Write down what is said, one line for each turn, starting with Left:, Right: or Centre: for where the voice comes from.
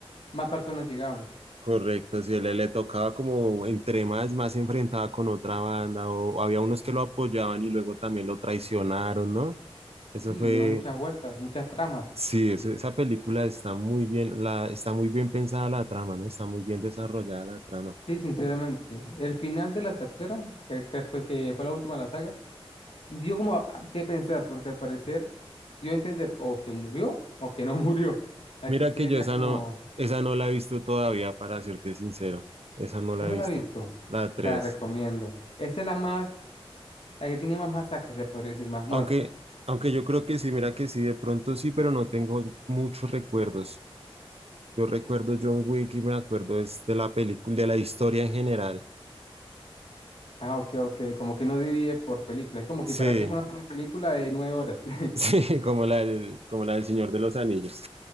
Left: más personas llegaban.
Right: Correcto, si él le le tocaba como entre más, más se enfrentaba con otra banda, o había unos que lo apoyaban y luego también lo traicionaron, ¿no? Eso
Left: Sí,
Right: fue,
Left: hubieron muchas vueltas, muchas tramas.
Right: sí, eso- esa película está muy bien, la, está muy bien pensada la trama, ¿no? Está muy bien desarrollada la trama.
Left: Sí, sinceramente. El final de la tercera, que, que fue, que fue la última de la saga, dio como a, a qué pensar, porque al parecer dio a entender o que murió o que no <laughs> murió. Así
Right: Mira
Left: que
Right: que yo
Left: está
Right: esa
Left: como,
Right: no, esa no la he visto todavía, para serte sincero, esa no la
Left: no se
Right: he visto,
Left: la ha visto.
Right: la 3.
Left: Se la recomiendo. Esa es la más, la que tiene más masacres, se podría decir, más muertes.
Right: Aunque, aunque yo creo que sí, mira que sí, de pronto sí, pero no tengo muchos recuerdos. Yo recuerdo John Wick y me acuerdo es de la película, de la historia en general.
Left: Ah, ok, ok, como que no divide por películas. Es como que
Right: Sí,
Left: para ti fue una sola película de nueve horas. <laughs>
Right: sí, <laughs> como la del, como la del Señor de los Anillos.